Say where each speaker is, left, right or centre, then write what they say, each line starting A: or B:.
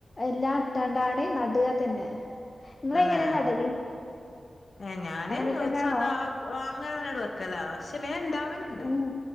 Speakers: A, on the left; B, on the left.
A: എല്ലാ ഇട്ടാണ്ടാണ് നട്ക തന്നെ. നിങ്ങളെങ്ങനെയാ
B: തന്നേ?
A: നടല്
B: ഏഹ് ഞാന്
A: അങ്ങനെ തന്നെയാണോ
B: സധാ അങ്ങനെ തന്നെ ഇടു. അ ക്കലാ പശ്ശെ വേഗം ഇണ്ടാവലുണ്ട്.
A: ഉം